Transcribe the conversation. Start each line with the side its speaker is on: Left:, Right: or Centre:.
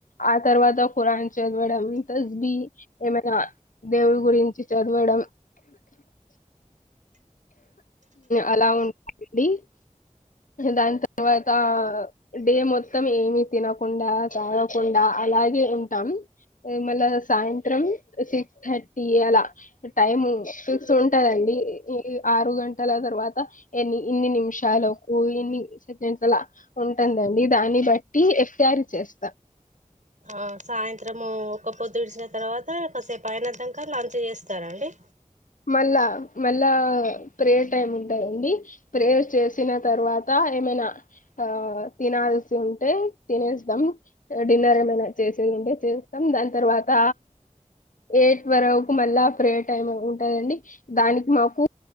Left: ఆ తర్వాత ఖురాన్ చదవడం ఉంటది ఏమైనా దేవుడు గురించి చదవడం అలా ఉ <inaudible> అండి దాన్ తర్వాతా డే మొత్తం ఏమి తినకుండా తాగకుండా అ లాగే ఉంటాం ఏ మళ సాయంత్రం సిక్స్ థర్టీ అలా టైమ్ సిక్స్ ఉంటదండి ఈ ఆరు గంటల తర్వాత ఎన్ని ఇన్ని నిమిషాలకు ఇన్ని సెకండ్స్ లల ఉంటుందండి దాన్ని బట్టి ఇఫ్తియార్ చేస్తా
Right: ఆ సాయంత్రమూ ఒక్క పొద్దు ఇడిసిన తర్వాత కొస్సేపు అయిన దంక లంచ్ చేస్తార అండి
Left: మళ్ళా మళ్ళా ప్రేయర్ టైమ్ ఉంటదండి ప్రేయర్ చేసిన తర్వాత ఏమ ఇనా ఆ తినాల్సి ఉంటే తినేస్తం డిన్నర్ ఏమైనా చేసేదుంటే చేస్తం దాన్ తర్వాత ఎయిట్ వరకు మళ్ళా ప్రే టైమ్ ఉ టదండి దానికి మాకూ